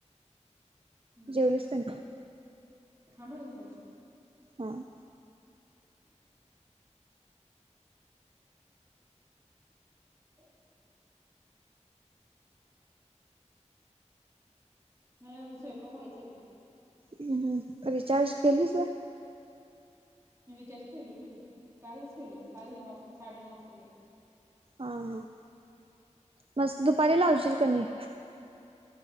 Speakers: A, on the right; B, on the right.
A: हम्म
B: जेवलीस का नाही
A: थांब आहे कोण
B: हम
A: <unintelligible> <unintelligible> नाही अजून स्वयंपाक व्हायचाय बघ
B: हम रिचार्ज केलीस
A: मी <inaudible> केेलो घेऊ कालच गेलो काल नऊ वाजता साडे नऊ वाजता गेलो
B: हा हा मस्त दुपारी लावचील कणी?